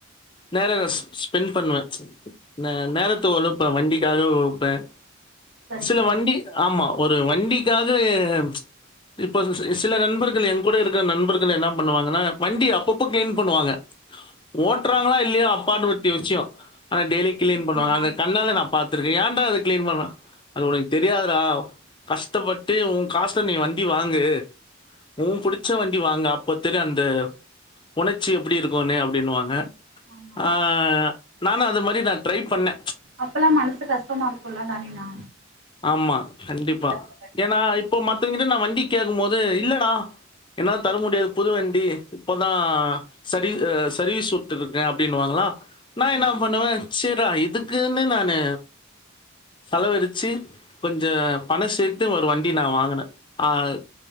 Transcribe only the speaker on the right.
ஓகே
சரிங்கண்ணா
ஓகேண்ணா
ஓகேண்ணா
கண்டிப்பா
ஆமாண்ணா
அப்பல்லா மனசு கஷ்டமா இருக்குல்ல தானேண்ணா
அப்டிலா சொல்லுங்க
ஆமாண்ணா